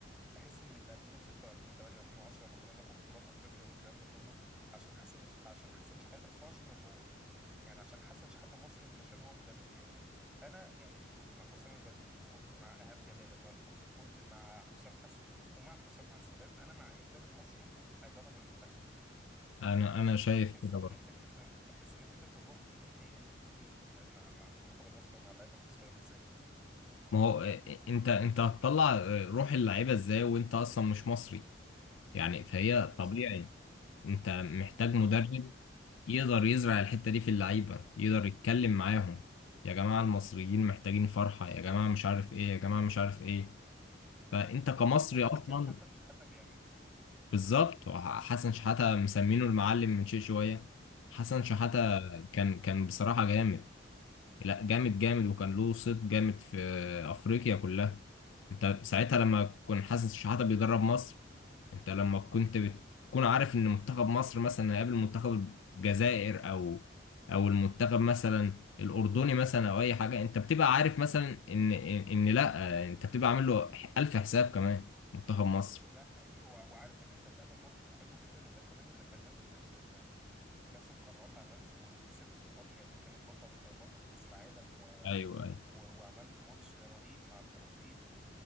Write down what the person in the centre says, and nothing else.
بحس ان في 2006 و2008 و2010 لما كنا بناخد بطولات افريقيا والكلام ده كله عشان حسن عشان حسن شحاته بس هو عشان الروح يعني عشان حسن شحاتة مصري مش عشان هو مدرب جامد فانا يعني كنت مع حسام البدري وكنت مع ايهاب جلال الله يرحمه وكنت مع حسام حسن ومع حسام حسن فاهم انا مع اي مدرب مصري هيدرب المنتخب
بحس
ان
حته ال- بحس ان حته الروح دي هي اللي بتجيب آه، مع مع المنتخب المصري ومع اللعيبه المصريه بالذات
بالظبط
مم.
وده
اللي كان حسن شحاتة بيعمله
مم. ده
ده حقيقي وع- وعارف ان انت هتعمل ماتش حلو جدا وده كمان اللي خلاك في, في, في في كأس القارات عملت ماتش كسبت إيطاليا اللي كانت بطل كانت بطل كأس العالم و...
و... وعملت ماتش رهيب مع البرازيل و...